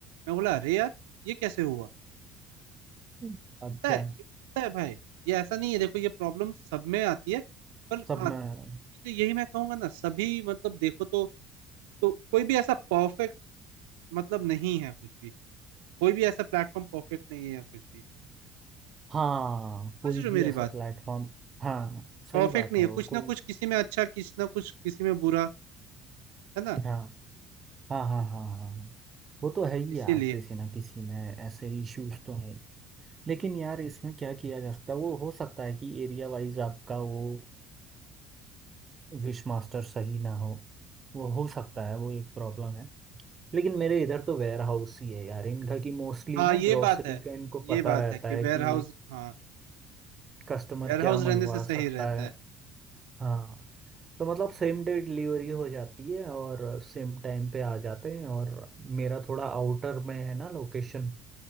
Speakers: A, on the right; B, on the right.
A: मैं बोला अरे यार ये कैसे हुआ
B: हम्म। अच्छा
A: पता है पता है भाई ये ऐसा नहीं है देखो ये प्रॉब्लम सब में आती है पर
B: सब
A: हाँ
B: में
A: तो यही मैं कहूंगा ना सभी मतलब देखो तो तो कोई भी ऐसा परफेक्ट मतलब नहीं है कुछ भी कोई भी ऐसा प्लेटफॉर्म परफेक्ट नहीं है या कुछ भी
B: हाँ कोई
A: समझ रहे
B: भी
A: हो मेरी
B: ऐसा
A: बात
B: प्लेटफॉर्म हाँ
A: परफेक्ट
B: सही बात
A: नहीं
B: है
A: है
B: वो
A: कुछ
B: कोई
A: ना कुछ किसी में अच्छा किसी ना कुछ किसी में बुरा है ना
B: हाँ हाँ हाँ हाँ हाँ हाँ। वो तो है ही
A: इसीलिए
B: यार किसी ना किसी में ऐसे इश्यूज तो है ही। लेकिन यार इसमें क्या किया जा सकता है वो हो सकता है कि एरिया वाइज आपका वो विश मास्टर सही ना हो वो हो सकता है वो एक प्रॉब्लम है लेकिन मेरे इधर तो वेयर हाउस ही है यार इनका कि मोस्टली
A: हाँ
B: ना
A: ये
B: ग्रोसरी
A: बात है
B: का इनको पता
A: ये बात
B: रहता
A: है कि
B: है
A: वेयर
B: कि
A: हाउस हाँ
B: कस्टमर
A: वेयर
B: क्या
A: हाउस
B: मंगवा
A: रहने से सही
B: सकता
A: रहता
B: है
A: है
B: हाँ तो मतलब सेम डे डिलीवरी हो जाती है और सेम टाइम पे आ जाते हैं और मेरा थोड़ा आउटर में है ना लोकेशन